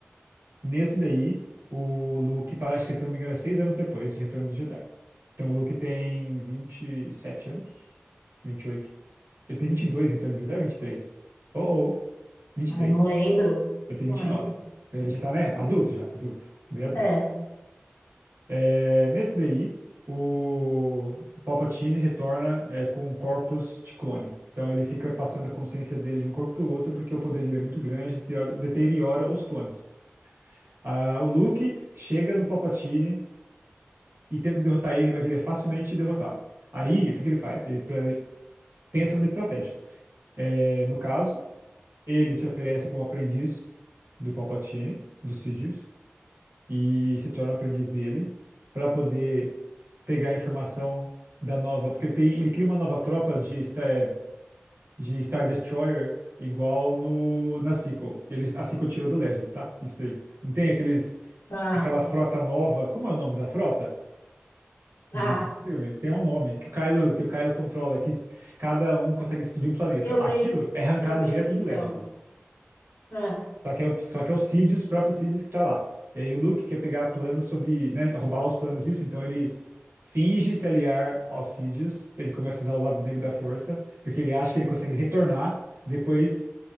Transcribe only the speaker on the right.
Nesse daí, o Luke, pa- acho que se eu não me engano, é seis anos depois de Retorno do Jedi. Então o Luke tem vinte e sete anos? 28. Ele tem 22 em Retorno do Jedi ou 23? Oh, oh. vinte e
três
Ele tem
vinte
e nove Então ele já tá, né? Adulto já, adulto, bem adulto.
É, nesse daí, o Palpatine retorna é, com um corpus de clone. Então ele fica passando a consciência dele de um corpo pro outro, porque o poder dele é muito grande, deteriora deteriora os clones. Ah, o Luke chega no Palpatine e tenta derrotar ele, mas ele é facilmente derrotado. Aí, o que que ele faz? Ele pre- pensa numa estratégia. É, no caso, ele se oferece como aprendiz do Palpatine, do Sidious, e se torna o aprendiz dele para poder pegar a informação da nova, porque ele tem, ele cria uma nova tropa de Star, de Star Destroyer igual no na sequel. Ele, a sequel tirou do Legends, tá? Isso daí. Não tem aqueles
aquela frota nova, como é o nome da frota?
Do filme, tem um nome que o Kylo, que o Kylo controla, que cada um consegue explodir um planeta.
Aquilo
é arrancado
direto
do Legends.
Só que é o, só que é o Sidious, o próprio Sidious que tá lá. E aí o Luke quer pegar planos sobre, né, roubar os planos disso, então ele finge se aliar ao Sidious, ele começa a usar o lado negro da força, porque ele acha que ele consegue retornar depois